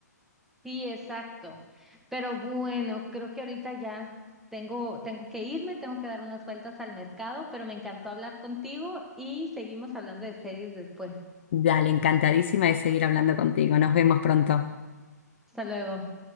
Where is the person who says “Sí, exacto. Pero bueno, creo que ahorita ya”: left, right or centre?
Centre